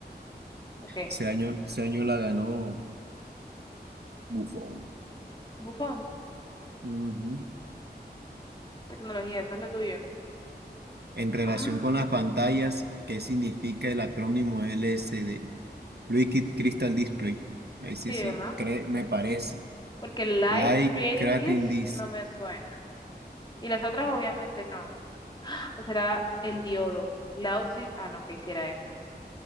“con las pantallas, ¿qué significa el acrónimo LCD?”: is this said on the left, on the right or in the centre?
Right